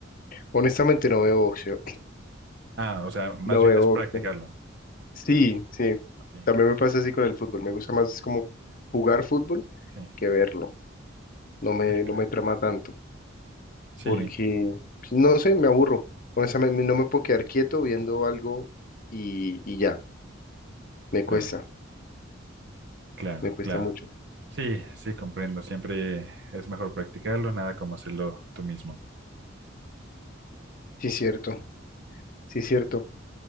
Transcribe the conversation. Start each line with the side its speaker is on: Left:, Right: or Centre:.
Left: Honestamente no veo boxeo.
Right: Ah, o sea, más
Left: No
Right: bien
Left: veo
Right: es practicarlo.
Left: boxeo. Sí, sí.
Right: Ok,
Left: También me pasa así con el fútbol. Me gusta más como jugar fútbol
Right: sí,
Left: que verlo. No me,
Right: sí, claro.
Left: no me trama tanto.
Right: Sí,
Left: Porque, pues, no sé, me aburro. Honestamente, no me puedo quedar quieto viendo algo y, y ya. Me
Right: claro,
Left: cuesta,
Right: claro,
Left: me cuesta
Right: claro.
Left: mucho.
Right: Sí, sí, comprendo. Siempre es mejor practicarlo, nada como hacerlo tú mismo.
Left: Sí, cierto, sí, cierto.